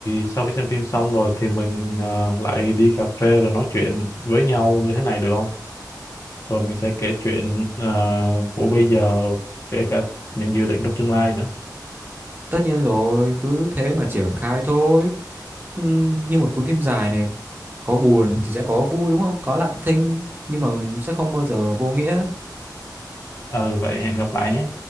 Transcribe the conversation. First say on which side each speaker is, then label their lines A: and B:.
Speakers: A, on the left (about 45°); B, on the right (about 25°).
A: sau khi xem phim xong rồi thì mình ờ, lại đi cà phê rồi nói chuyện với nhau như thế này được không? Rồi mình sẽ kể chuyện ờ, của bây giờ, kể cả những dự định trong tương lai nữa.
B: Tất nhiên rồi, cứ thế mà triển khai thôi. Ừm, Như một cuốn phim dài này, có buồn thì sẽ có vui đúng không? Có lặng thinh nhưng mà sẽ không bao giờ vô nghĩa.
A: Ừ, vậy hẹn gặp lại nhé.